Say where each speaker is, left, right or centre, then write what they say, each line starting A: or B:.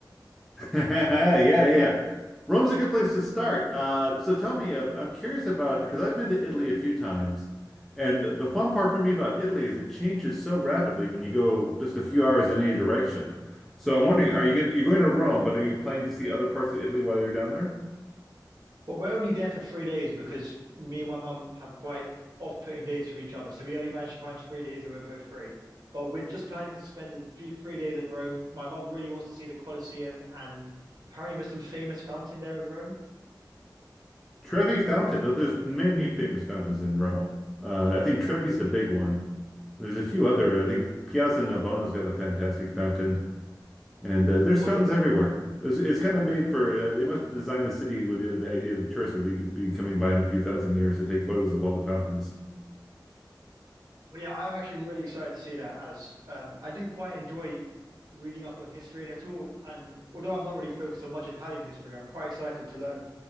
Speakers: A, in the centre; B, on the right (about 55°).
A: <laughs> yeah, yeah. Rome's a good place to start. Uh, so tell me, uh, I'm curious about because I've been to Italy a few times, and the fun part for me about Italy is it changes so rapidly when you go just a few hours in any direction. So I'm wondering, are you going you're going to Rome, but are you planning to see other parts of Italy while you're down there?
B: Well, we're only there for three days because me and my mum have quite off-putting dates with each other. So we only managed to find three days where we're both free. But we're just planning to spend a few, three days in Rome. My mum really wants to see the Colosseum, and apparently there's some famous fountain there in Rome.
A: Trevi Fountain, though there's many famous fountains in Rome. Uh, I think Trevi's the big one. There's a few other. I think Piazza Navona's got a fantastic fountain, and uh, there's
B: Well,
A: fountains
B: yeah,
A: everywhere. It's, it's kind of made for. Uh, they must have designed the city with the, the idea that tourists would be be coming by in a few thousand years to take photos of all the fountains.
B: well, yeah, I am actually really excited to see that as um, I do quite enjoy reading up on history and at all. And although I'm not really focused on much Italian history, I'm quite excited to learn